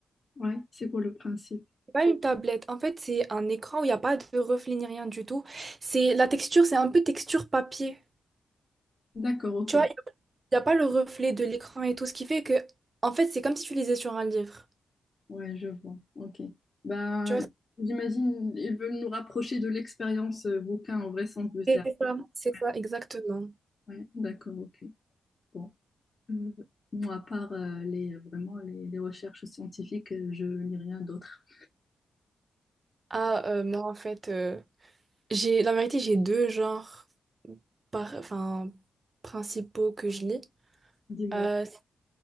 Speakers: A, on the left; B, on the right.
A: Ouais, c'est pour le principe?
B: Pas une tablette. En fait, c'est un écran où il n'y a pas de reflet ni rien du tout. C'est la texture, c'est un peu texture papier.
A: D'accord, ok.
B: Tu vois, il n'y a pas le reflet de l'écran et tout, ce qui fait que, en fait, c'est comme si tu lisais sur un livre.
A: Ouais, je vois. Ok. Ben,
B: Tu vois,
A: j'imagine ils veulent nous rapprocher de l'expérience euh, bouquin en vrai sens du
B: c'est
A: terme.
B: ça, c'est
A: Ouais,
B: ça, exactement.
A: ouais, d'accord, ok. Bon. Euh, moi, à part euh, les vraiment les, les recherches scientifiques, euh, je lis rien d'autre.
B: Ah, euh, moi, en fait, euh, j'ai, la vérité, j'ai deux genres par, enfin, principaux que je lis.
A: Dis-moi.
B: Euh,